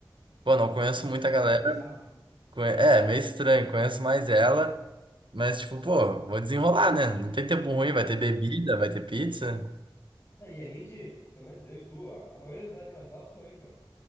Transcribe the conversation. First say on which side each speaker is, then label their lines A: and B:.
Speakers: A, on the right (about 80°); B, on the left (about 30°).
A: pô, não conheço muita galera.
B: Ah, que bizarro. <laughs> meu.
A: conhe- É, meio estranho, conheço mais ela. Mas, tipo, pô, vou desenrolar, né? Não tem tempo ruim, vai ter bebida, vai ter pizza.
B: Ah, e a gente, pelo menos eu e tu, a, a maioria das amizades, mas nós, principalmente, meu.